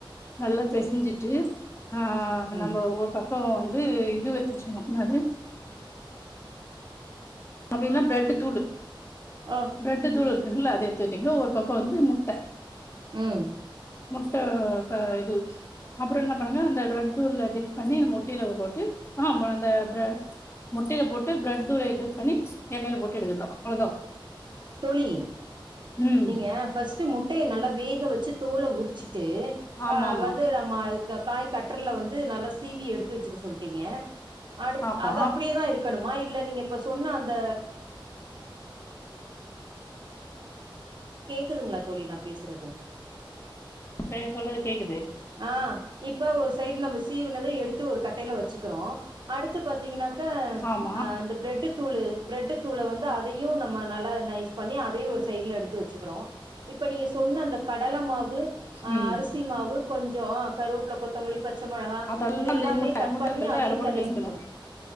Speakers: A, on the left; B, on the right.
A: நல்லா பெசிஞ்சிட்டு ஆ
B: ம்
A: நம்ம ஒரு பக்கோ வந்து இது வச் தெச்சிக்கணு இன்னா அது அப்பிடி இல்லனா பிரட்டு தூளு
B: ஓ
A: பிரெட்டு தூளு இருக்குங்ல்ல அத எத்துட்டீங்க ஒரு பக்கோ வந்து முட்ட
B: ம்
A: முட்ட க இது அப்புறோ என்ன பண்ணுங்க அந்த ட்ரதூள டிப் பண்ணி இந்த மொட்டையில போட்டு ஆம் ம இந்த பிர முட்டையில போட்டு ப்ளட்தூள இது பண்ணி எண்ணெயில போட்டு எடுக்கத்தோ அவ்ளோதா
B: தோழி
A: ம்
B: நீங்க ஃபஸ்ட் முட்டைய நல்லா வேக வச்சி தோல உரிச்சிட்டு
A: ஆமா
B: அ
A: ஆமா
B: வந்து நம்ம அதுக்க காய் கட்டறல வந்து நல்லா சீவி எடுத்து வச்சுக்க சொல்லிட்டீங்க அடுத்
A: ஆமா
B: அது அப்பிடியேதா இருக்கணுமா இல்ல நீங்க இப்ப சொன்ன அந்த கேக்குதுங்களா தோழி நா பேசுறது
A: சே சொல்லறது கேக்குது
B: ஆ இப்ப ஒரு சைடு நம்ம சீவுனத எடுத்து ஒரு கட்டையில வச்சிக்கிறோ அடுத்து பாத்தீங்கன்னா க
A: ஆமா
B: அ அந்த பிரெட்டு தூளு பிரெட்டு தூள வந்து அதயு நம்ம நல்லா நைஸ் பண்ணி அதயு ஒரு சைடுல எடுத்து வச்சிக்கிறோ இப்ப நீங்க சொன்ன அந்த கடல மாவு ஆ
A: ம்
B: அரிசி மாவு கொஞ்சோ கருவேப்புல கொத் த்த மல்லி பச்ச மொளகா
A: அதெல்லா
B: இதெல்லாமே
A: அந்த முட்ட
B: கட்
A: முட்ட
B: பண்ணி
A: இருக்குல்ல
B: அதையு
A: அதுல போட்டு
B: தனியா
A: பெசஞ்சணு
B: எச்சிக்கணு